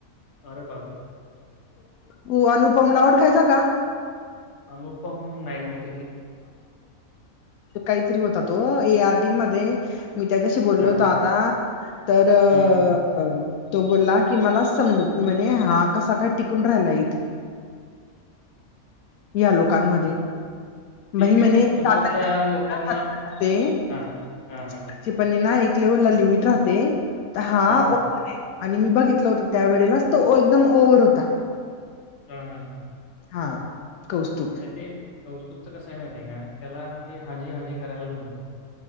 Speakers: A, on the left; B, on the left.
A: अरे पा
B: हो अनुपम लावड खायचा का
A: अनुपम नाही बत
B: काहीतरी होता तो ए आरटी मध्ये मी त्याच्याशी बोललो
A: हा
B: होतो आता तर अ
A: हम्म
B: तो बोलला की मला समजत नाही म्हणजे हा कसा का टिकून राहिला इथे. या लोकांमध्ये
A: ते
B: भाई
A: काय
B: म्हणे
A: नाही समोरच्या
B: तटाचे
A: लोकांना हा हा हा
B: पनणे ना एक ले लिमिट राहते तर हा
A: हम्म
B: ओ
A: हम्म.
B: आहे. आणि मी बघितलं होत त्या वेळेलाच तो एकदम ओव्हर होता.
A: हा, हा, हा
B: हा कौस्तुभ
A: नाही ते कौस्तुभचं कसंय माहितीय का त्याला ते हाजी हाजी, करायला, जमत